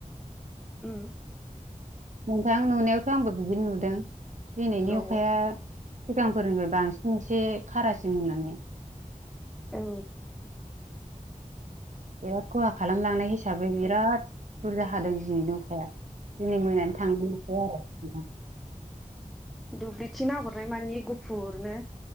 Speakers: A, in the centre; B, on the right.
A: उम
B: नोंथां नुनायावथ' आंबो बिदिनो नुदों दिनैनि
A: औ
B: अखाया सिगांफोरनिफ्राय बांसिन एसे खारासिन होननानै
A: औ।
B: बिराद खहा खालामलांनाय हिसाबै बिराद बुरजा हादों दिनैनि अखाया दिनै मोनानि थांग्रोनिसै आरो नोंथां।
A: दुब्लिथिं नाहरनाय मानि गुफुरनो